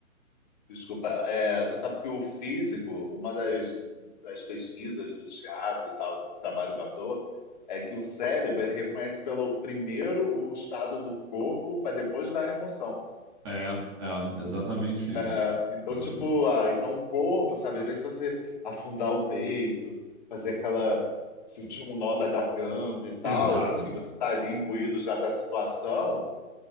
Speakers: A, on the left; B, on the right.
A: desculpa, é, você sabe que o físico, uma das, das pesquisas do teatro e tal, do trabalho do ator, é que o cérebro ele reconhece pelo primeiro o estado do corpo para depois dar a emoção.
B: É, é, exatamente isso.
A: É, então,
B: Exatamente.
A: tipo, ah, então o corpo, sabe, às vezes você afundar o peito, fazer aquela, sentir um nó na garganta e tal,
B: Exato.
A: e você tá ali imbuído já da situação,